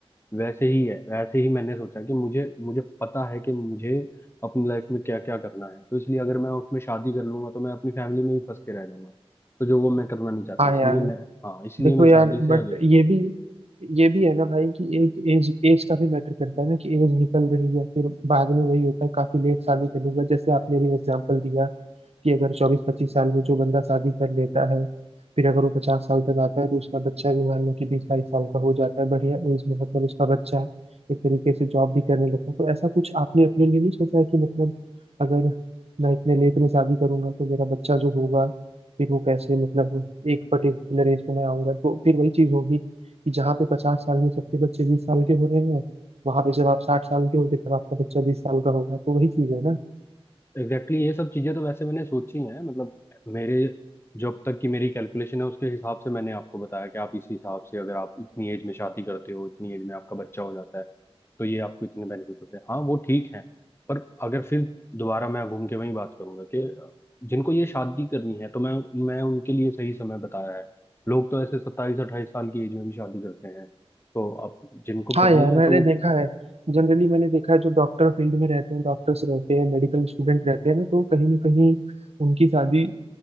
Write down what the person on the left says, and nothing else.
वैसे ही है वैसे ही मैंने सोचा कि मुझे मुझे पता है कि मुझे अपनी लाइफ में क्या क्या करना है तो इसलिए अगर मैं उसमें शादी कर लूंगा तो मैं अपनी फैमिली में ही फंस के रह जाऊंगा तो जो वो मैं करना नहीं चाहता
इसलिए
मैं हाँ इसलिए
मैं
शादी से
अगेंस्ट
एग्जैक्टली exactly ये सब चीजें तो वैसे मैंने सोची हैं मतलब मेरे जो अब तक की मेरी कैलकुलेशन है उसके हिसाब से मैंने आपको बताया कि आप इसी हिसाब से अगर आप इतनी एज में शादी करते हो इतनी एज में आपका बच्चा हो जाता है तो ये आपको इतने बेनिफिट होते हैं हाँ वो ठीक है पर अगर फिर दोबारा मैं घूम के वही बात करूंगा कि जिनको ये शादी करनी है तो मैं मैं उनके लिए सही समय बताया है लोग तो ऐसे सत्ताईस अट्ठाईस साल की एज में भी शादी करते हैं तो अब जिनको
करनी
है
तो